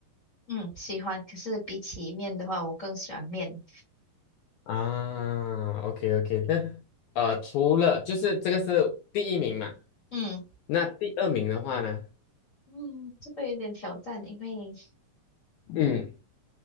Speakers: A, on the left (about 30°); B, on the left (about 75°).
A: 嗯，喜欢。可是比起面的话，我更喜欢面。
B: 啊。OK OK，那呃，除了就是这个是第一名嘛，
A: 嗯
B: 那第二名的话呢，
A: 嗯，这个有点挑战，因为
B: 嗯，